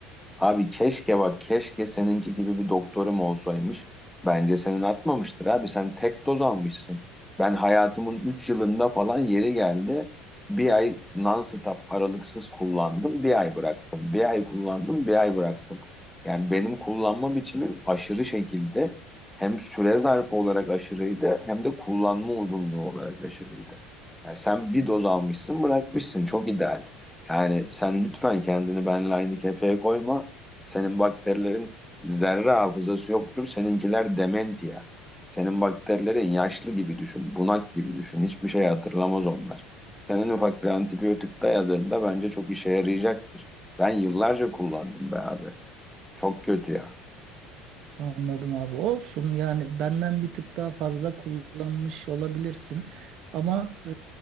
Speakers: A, in the centre; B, on the right.
A: Abi keşke bak keşke seninki gibi bir doktorum olsaymış. Bence senin atmamıştır abi. Sen tek doz almışsın. Ben hayatımın 3 yılında falan yeri geldi. Bir ay non-stop aralıksız kullandım. Bir ay bıraktım. Bir ay kullandım. Bir ay bıraktım. Yani benim kullanma biçimim aşırı şekilde hem süre zarfı olarak aşırıydı hem de kullanma uzunluğu olarak aşırıydı. Yani sen bir doz almışsın bırakmışsın. Çok ideal. Yani sen lütfen kendini benle aynı kefeye koyma. Senin bakterilerin zerre hafızası yoktur. Seninkiler dementia. Senin bakterilerin yaşlı gibi düşün, bunak gibi düşün. Hiçbir şey hatırlamaz onlar. Senin ufak bir antibiyotik dayadığında bence çok işe yarayacaktır. Ben yıllarca kullandım be abi. Çok kötü ya.
B: Anladım abi. Olsun yani benden bir tık daha fazla kullanmış olabilirsin. Ama e,